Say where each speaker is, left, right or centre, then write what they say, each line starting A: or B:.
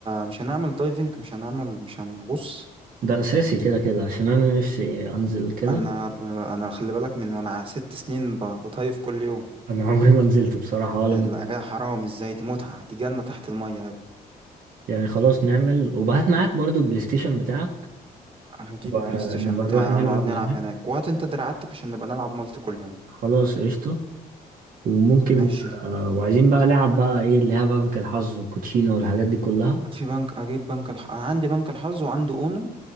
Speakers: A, on the right (about 35°); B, on the right (about 65°).
A: مش هنعمل دايفنج مش هنعمل مش هنغوص
B: ده اساسي كده كده عشان انا نفسي انزل كده
A: أنا ب... أنا خلي بالك من وأنا ست سنين ب... بدايف كل يوم
B: انا <laughs> عمري ما نزلت بصراحة ولا
A: الأجواء
B: م-
A: حرام إزاي دي متعة دي جنة تحت المية يا ابني
B: يعني خلاص نعمل وبهات معاك برضو البلاي ستيشن بتاعك
A: هجيب
B: نبقى
A: البلاي
B: نبقى
A: ستيشن بتاعي
B: نروح نلعب
A: ونقعد نلعب
B: هناك
A: هناك وهات أنت دراعاتك عشان نبقى نلعب مالتي كلنا
B: خلاص قشطة وممكن
A: ماشي
B: آه، وعايزين بقى لعب بقى ايه اللي هي بقى بنك الحظ والكوتشينة والحاجات دي كلها
A: في بنك أجيب بنك الح... أنا عندي بنك الحظ وعندي أونو